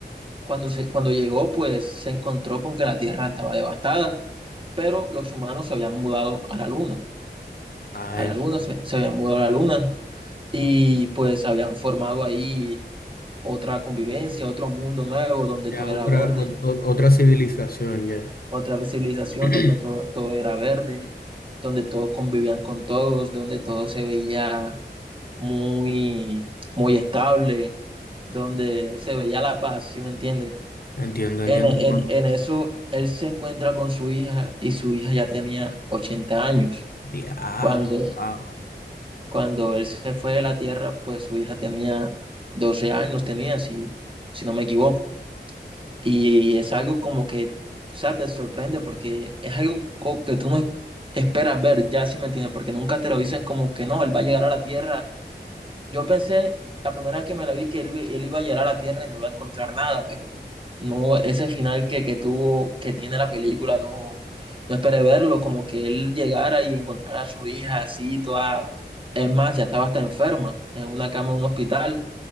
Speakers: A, on the right; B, on the left.
A: Cuando se, cuando llegó, pues se encontró con que la tierra estaba devastada, pero los humanos se habían mudado a la luna,
B: Ah,
A: a
B: entiendo.
A: la luna se, se habían mudado a la luna y pues habían formado ahí otra convivencia, otro mundo nuevo donde
B: Ya
A: todo era
B: otra,
A: verde,
B: o- o- otra civilización, ya.
A: otra civilización
B: <clears throat>
A: donde todo, todo era verde, donde todos convivían con todos, donde todo se veía muy, muy estable, donde se veía la paz, ¿sí me entiendes?
B: Entiendo, entiendo,
A: En, en,
B: hermano.
A: en, eso, él se encuentra con su hija y su hija ya tenía 80 años.
B: Ya,
A: Cuando,
B: wow.
A: cuando él se fue de la tierra, pues su hija tenía 12 años, tenía, si, si no me equivoco. Y es algo como que, o sea, te sorprende porque es algo que tú no esperas ver, ya, ¿sí me entiendes? Porque nunca te lo dicen como que no, él va a llegar a la tierra Yo pensé, la primera vez que me la vi, que él, él iba a llegar a la Tierra y no iba a encontrar nada, pero no, ese final que, que tuvo, que tiene la película, no, no esperé verlo, como que él llegara y encontrara a su hija así, toda, es más, ya estaba hasta enferma, en una cama de un hospital